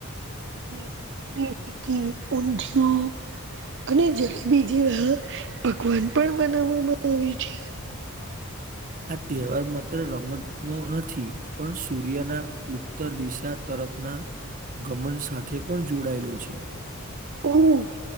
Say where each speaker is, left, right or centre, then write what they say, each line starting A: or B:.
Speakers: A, on the right; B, on the right.
A: <unintelligible> અને જલેબી જેવા પકવાન પણ બનાવવામાં આવે છે.
B: આ તહેવાર માત્ર રમત નો નથી પણ સૂર્યના ઉત્તર દિશા તરફના ઘમંડ સાથે પણ જોડાયેલો છે.
A: ઓહ.